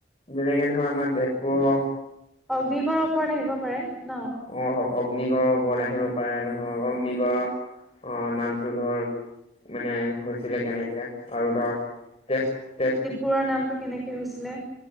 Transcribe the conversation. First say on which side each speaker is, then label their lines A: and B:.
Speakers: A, on the left (about 30°); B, in the centre.
A: যেনেকে ধৰা আমাৰ তেজপুৰৰ -
B: অগ্নিগড় ওপৰত আহিব পাৰে ন?
A: অ অগ্নিগড়ৰ ওপৰত আহিব পাৰে ধৰ, অগ্নিগড় আ নামটো ধৰ - মানে হৈছিলে কেনেকে, আৰু ধৰ তেজ তেজপু -
B: তেজপুৰৰ নামটো কেনেকে হৈছিলে?